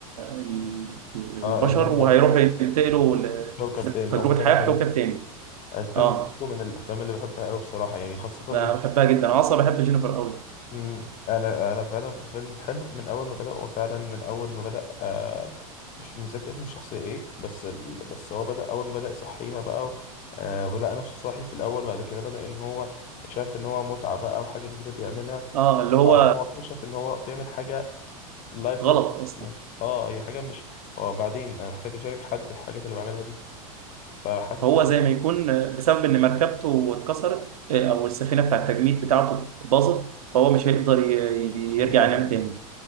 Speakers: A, on the right; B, on the left.
A: ال- البشر
B: اه اللي هم
A: وهيروحوا ينتقلوا ل-
B: <laughs> كوكب
A: لتجربة
B: تاني او مجرة
A: حياة
B: تاني
A: في كوكب تاني
B: الفيلم
A: اه
B: ده برضه من الافلام اللي بحبها قوي بصراحه يعني خاصه
A: ب-
B: من
A: بحبها جدا انا اصلا بحب جينيفر قوي
B: مم. انا انا فعلا الفيلم حلو من اول ما بدأ هو فعلا من اول ما بدأ آه مش متذكر اسم الشخصية ايه بس ال... بس هو بدأ اول ما بدأ يصحيها بقى و... آه ولقى نفسه صاحي في الاول بعد كده بدأ ان هو شاف ان هو متعة بقى وحاجة جديدة بيعملها
A: اه اللي
B: وبعدين
A: هو
B: هو اكتشف ان هو بيعمل حاجة لايفلس
A: غلط اصلا
B: اه هي حاجة مش هو بعدين انا محتاج اشارك حد الحاجات اللي بعملها دي فحاسس
A: هو
B: ان
A: زي ما يكون آه، بسبب ان مركبته اتكسرت آه، او السفينة بتاع التجميد بتاعته باظت فهو مش هيقدر ي-
B: يرجع
A: يرجع ينام
B: تاني
A: تاني